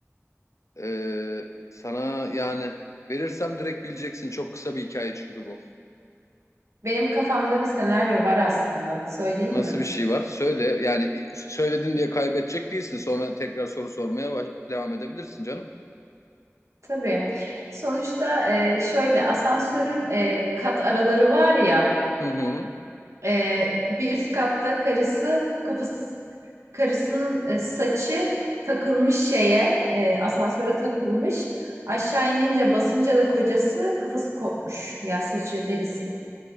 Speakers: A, on the left; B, on the right.
A: Ee, sana yani verirsem direkt bileceksin. Çok kısa bir hikaye çünkü bu.
B: Benim kafamda bir senaryo var aslında. Söyleyeyim
A: Nasıl
B: mi?
A: bir şey var? Söyle. Yani söyledin diye kaybedecek değilsin. Sonra tekrar soru sormaya baş- devam edebilirsin canım.
B: Tabii. Sonuçta e, şöyle asansörün e, kat araları var ya.
A: Hı hı.
B: e, bir üst katta karısı kafası karısının e, saçı takılmış şeye e, asansöre takılmış. Aşağı inince basınca da kocası kafası kopmuş. Ya saçı derisi.